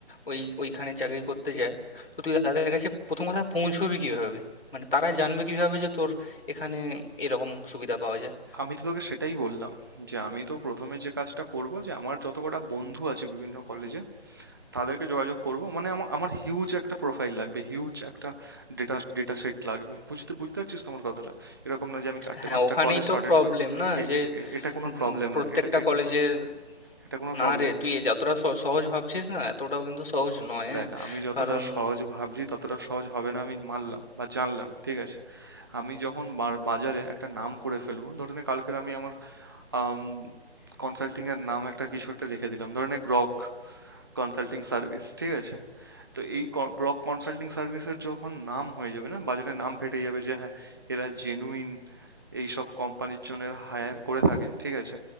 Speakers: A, on the left; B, on the right.
A: ওই ওইখানে চাকরি করতে যায় তো তুই তাদের কাছে প্রথম কথা পৌঁছবি কিভাবে মানে তারা জানবে কিভাবে যে তোর এখানে এরকম সুবিধা পাওয়া যায়
B: আমি তো তোকে সেটাই বললাম যে আমি তো প্রথমে যে কাজটা করব যে আমার যত কটা বন্ধু আছে বিভিন্ন কলেজে তাদেরকে যোগাযোগ করব মানে আমার আমার হিউজ একটা প্রোফাইল লাগবে হিউজ একটা ডেটা ডেটা সেট লাগবে বুঝতে বুঝতে পারছিস তোমার কথাটা এরকম না যে আমি চারটে
A: হ্যাঁ
B: পাঁচটা
A: ওখানেই
B: কলেজ
A: তো
B: সর্টেড
A: প্রবলেম
B: কর
A: না
B: এ-
A: যে
B: এটা এ- এটা কোনো
A: উম,
B: প্রবলেম
A: প্রত্যেকটা
B: নয় এটা এটা
A: কলেজের
B: এটা কোনো
A: না
B: প্রবলেম
A: রে তুই এ যতটা স- সহজ ভাবছিস না এতটাও কিন্তু সহজ নয় হ্যাঁ
B: দেখ আমি যতটা
A: কারণ
B: সহজ ভাবছি ততটা সহজ হবে না আমি মানলাম বা জানলাম ঠিক আছে আমি যখন বা- বাজারে একটা নাম করে ফেলবো ধরে নে কালকের আমি আমার আম কনসাল্টিং এর নাম একটা কিছু একটা রেখে দিলাম ধরে নে গ্রক কনসাল্টিং সার্ভিস ঠিক আছে তো এই ক- গ্রক কনসাল্টিং সার্ভিসের যখন নাম হয়ে যাবে না বাজারে নাম ফেটে যাবে যে হ্যাঁ এরা জেনুইন এইসব কোম্পানির জন্য হায়ার করে থাকে ঠিক আছে